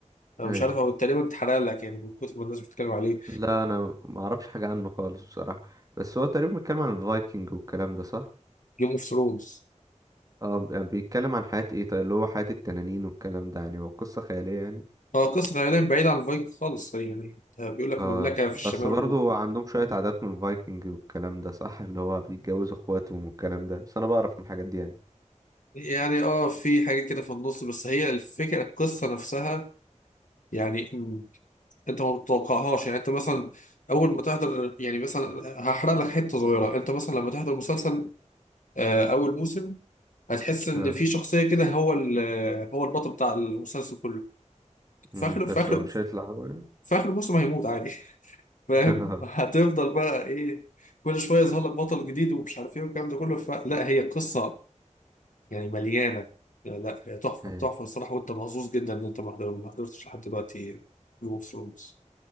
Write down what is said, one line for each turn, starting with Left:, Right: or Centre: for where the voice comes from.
Left: انا
Right: ايوه
Left: مش عارف هو تقريبا اتحرق لك يعني من كتر ما الناس بتتكلم عليه
Right: لا انا ما اعرفش حاجه عنه خالص بصراحه بس هو تقريبا بيتكلم عن الفايكنج والكلام ده صح
Left: جيم اوف ثرونز
Right: اه بيتكلم عن حياه ايه طيب اللي هو حياه التنانين والكلام ده يعني هو قصه خياليه يعني
Left: اه قصة خيالية بعيدة عن فايك خالص يعني ده بيقول لك
Right: آه
Left: مملكة في
Right: بس
Left: الشمال
Right: برضو
Left: و-
Right: عندهم شوية عادات من الفايكنج والكلام ده صح اللي هو بيتجوزوا اخواتهم والكلام ده بس انا بعرف من الحاجات دي يعني
Left: يعني اه في حاجات كده في النص بس هي الفكرة القصة نفسها يعني م- انت ما بتتوقعهاش يعني انت مثلا اول ما تحضر يعني مثلا هحرق لك حتة صغيرة انت مثلا لما تحضر مسلسل آه، اول موسم هتحس ان
Right: اه
Left: في شخصيه كده هو ال- هو البطل بتاع المسلسل كله
Right: مم،
Left: في اخر في
Right: بس
Left: اخر
Right: مش هيطلع هو يعني
Left: في اخر الموسم هيموت عادي <laughs> فاهم
Right: <laughs>
Left: هتفضل بقى ايه كل شويه يظهر لك بطل جديد ومش عارف ايه والكلام ده كله ف... لا هي قصه يعني مليانه لا لا، هي تحفه
Right: إيه،
Left: تحفه الصراحه وانت محظوظ جدا ان انت ما حضر- ما حضرتش لحد دلوقتي جيم اوف ثرونز